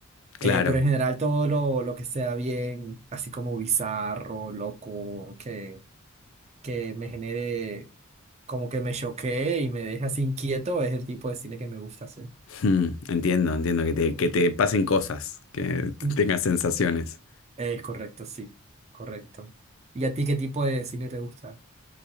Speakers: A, on the left; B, on the right.
A: Claro,
B: eh, pero en general todo lo, lo que sea bien, así como bizarro, loco, que, que me genere, como que me choquee y me deje así inquieto, es el tipo de cine que me gusta hacer.
A: Hmm, entiendo, entiendo que te, que te pasen cosas, que
B: Mm.
A: te- tengas sensaciones.
B: Eh, correcto, sí, correcto. ¿Y a ti qué tipo de cine te gusta?